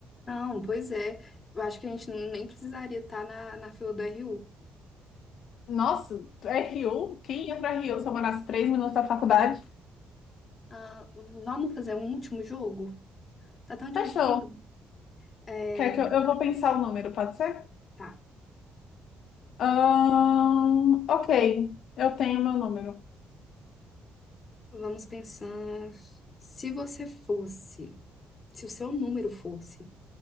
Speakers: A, on the left (about 35°); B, on the left (about 70°).
A: Não, pois é. Eu acho que a gente nem precisaria estar na, na fila do RU.
B: Nossa, é Rio? Quem ia pra Rio se eu morasse três minutos da faculdade?
A: Ah, vamos fazer um último jogo? Tá tão divertido.
B: Fechou.
A: É,
B: Quer que eu, eu vou pensar o número, pode ser?
A: tá.
B: Ahn, ok, eu tenho meu número.
A: Vamos pensar. Se você fosse, se o seu número fosse